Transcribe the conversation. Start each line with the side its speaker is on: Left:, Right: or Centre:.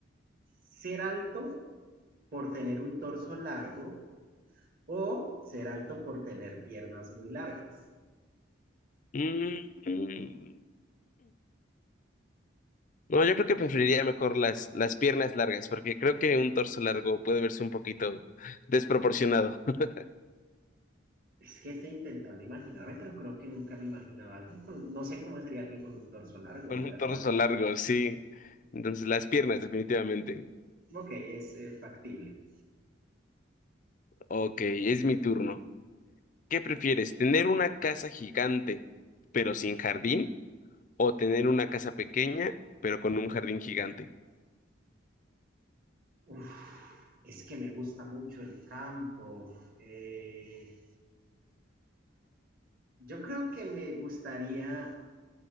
Right: Ser alto por tener un torso largo o ser alto por tener piernas muy largas.
Left: Mm, mm. No, yo creo que preferiría mejor las, las piernas largas, porque creo que un torso largo puede verse un poquito desproporcionado. <laughs>
Right: Es que estoy intentando imaginarme, pero creo que nunca me imaginaba a alguien con, no sé cómo sería alguien con un torso largo,
Left: Con
Right: la verdad.
Left: un torso largo, sí. Entonces, las piernas, definitivamente.
Right: Ok, es, eh, factible.
Left: Ok, es mi turno. ¿Qué prefieres, tener una casa gigante, pero sin jardín? ¿O tener una casa pequeña, pero con un jardín gigante?
Right: Uf, es que me gusta mucho el campo. Eh, yo creo que me gustaría